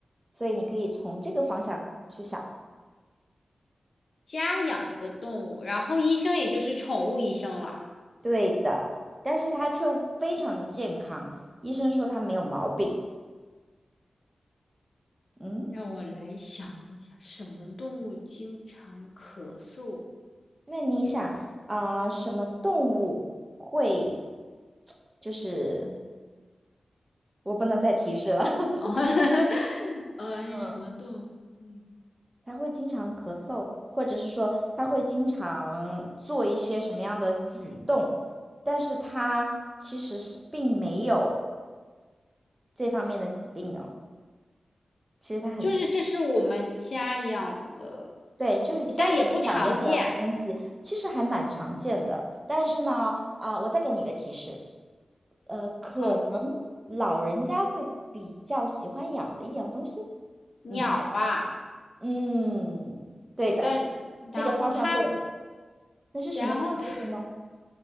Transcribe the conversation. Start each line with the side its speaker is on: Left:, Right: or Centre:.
Right: 所以你可以从这个方向去想。
Left: 家养的动物，然后医生也就是宠物医生了。
Right: 对的，但是它却非常的健康，医生说它没有毛病。嗯，
Left: 让我来想一想，什么动物经常咳嗽？
Right: 那你想啊，呃什么动物会，就是我不能再提示了。<laughs>
Left: 哦，<laughs> 呃，
Right: 嗯，
Left: 什么动物？嗯，
Right: 它会经常咳嗽，或者是说它会经常做一些什么样的举动，但是它其实是并没有。这方面的疾病呢，其实它很健
Left: 就是这是我们家养的，
Right: 对，就是家里会养的一样东西，
Left: 但也不常见。
Right: 其实还蛮常见的。但是呢，啊、我再给你一个提示，呃，可能
Left: 好，
Right: 老人家会比较喜欢养的一样东西。
Left: 鸟吧，
Right: 嗯嗯，对的，
Left: 对，但
Right: 这个方向对了。
Left: 然后它，
Right: 那是什么种类的呢？
Left: 然后它，